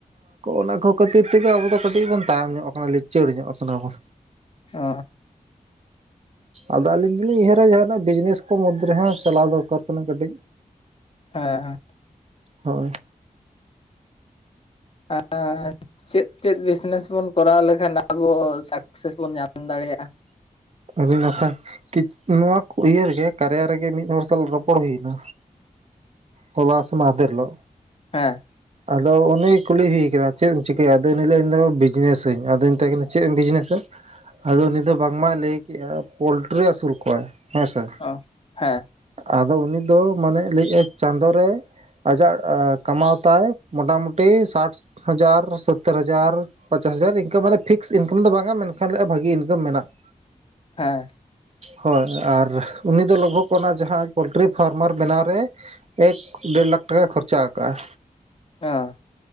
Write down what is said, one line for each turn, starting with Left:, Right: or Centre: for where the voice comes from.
Right: ᱚᱱᱟ ᱠᱚ ᱠᱷᱟᱹᱛᱤᱨ ᱛᱮᱜᱮ ᱟᱵᱚ ᱫᱚ ᱠᱟᱹᱴᱤᱡ ᱵᱚᱱ ᱛᱟᱭᱚᱢ ᱧᱚᱜ ᱠᱟᱱᱟ ᱞᱤᱪᱟᱹᱲ ᱧᱚᱜ ᱠᱟᱱᱟ ᱵᱚᱱ
Left: ᱚ
Right: ᱟᱫᱚ ᱟᱹᱞᱤᱧ ᱫᱩᱞᱤᱧ ᱩᱭᱦᱟᱹᱨᱟ ᱡᱟᱦᱟᱸᱱᱟᱜ ᱵᱤᱡᱽᱱᱮᱥ ᱠᱚ ᱢᱩᱫᱽ ᱨᱮᱦᱚᱸ ᱪᱟᱞᱟᱣ ᱫᱚᱨᱠᱟᱨ ᱠᱟᱱᱟ ᱠᱟᱹᱴᱤᱡ
Left: ᱦᱮᱸ
Right: ᱦᱳᱭ
Left: ᱟᱨ ᱪᱮᱫ ᱪᱮᱫ ᱵᱤᱡᱽᱱᱮᱥ ᱵᱚᱱ ᱠᱚᱨᱟᱣ ᱞᱮᱠᱷᱟᱱ ᱟᱵᱚ ᱥᱟᱠᱥᱮᱥ ᱵᱚᱱ ᱧᱟᱢ ᱫᱟᱲᱮᱭᱟᱜᱼᱟ
Right: <unintelligible> ᱱᱚᱣᱟ ᱤᱭᱟᱹ ᱨᱮᱜᱮ ᱠᱟᱨᱭᱟ ᱨᱮᱜᱮ ᱢᱤᱫ ᱦᱚᱲ ᱥᱟᱞᱟᱜ ᱨᱚᱯᱚᱲ ᱦᱩᱭᱱᱟ ᱦᱚᱞᱟ ᱥᱮ ᱢᱟᱫᱮᱨᱞᱚ
Left: ᱦᱮᱸ
Right: ᱟᱫᱚ ᱚᱱᱮ ᱠᱩᱞᱤ ᱦᱩᱭ ᱠᱟᱱᱟ ᱪᱮᱫ ᱮᱢ ᱪᱤᱠᱟᱹᱭ ᱟᱫᱚ ᱩᱱᱤ ᱞᱮᱭᱫᱟ ᱤᱧ ᱵᱤᱡᱽᱱᱮᱥ ᱟᱹᱧ ᱟᱫᱚᱧ ᱢᱮᱛᱟᱭ ᱠᱟᱱᱟ ᱪᱮᱫ ᱮᱢ ᱵᱤᱡᱽᱱᱮᱥᱟ ᱟᱫᱚ ᱩᱱᱤ ᱫᱚ ᱵᱟᱝ ᱢᱟᱭ ᱞᱟᱹᱭ ᱠᱮᱫᱼᱟ ᱯᱳᱞᱴᱨᱤ ᱟᱹᱥᱩᱞ ᱠᱚᱣ ᱦᱮᱸᱥᱮ
Left: ᱚ ᱦᱮᱸ
Right: ᱟᱫᱚ ᱩᱱᱤ ᱫᱚ ᱢᱟᱱᱮ ᱞᱟᱹᱭᱮᱫᱟᱭ ᱪᱟᱸᱫᱳ ᱨᱮ ᱟᱡᱟᱜ ᱠᱟᱢᱟᱣ ᱛᱟᱭᱟ ᱢᱳᱚᱴᱟᱢᱩᱴᱤ ᱥᱟᱴ ᱦᱟᱡᱟᱨ ᱥᱳᱛᱛᱳᱨ ᱦᱟᱡᱟᱨ ᱯᱚᱪᱟᱥ ᱦᱟᱡᱟᱨ ᱤᱱᱠᱟ ᱢᱟᱱᱮ ᱯᱷᱤᱠᱥ ᱤᱱᱠᱟᱢ ᱫᱚ ᱵᱟᱝᱟ ᱢᱮᱱᱠᱷᱟᱱ ᱵᱷᱟᱹᱜᱤ ᱤᱱᱠᱟᱢ ᱢᱮᱱᱟᱜᱼᱟ
Left: ᱦᱮᱸ
Right: ᱦᱳᱭ ᱟᱨ ᱩᱱᱤ ᱫᱚ ᱞᱚᱜᱵᱷᱚᱜ ᱚᱱᱟ ᱡᱟᱦᱟᱸ ᱯᱳᱞᱴᱨᱤ ᱯᱷᱟᱨᱢᱟᱨ ᱵᱮᱱᱟᱣ ᱨᱮ ᱮᱠ ᱰᱮᱲ ᱞᱟᱠᱷ ᱴᱟᱠᱟᱭ ᱠᱷᱚᱨᱪᱟ ᱟᱠᱟᱫ ᱟᱭ
Left: ᱦᱮᱸ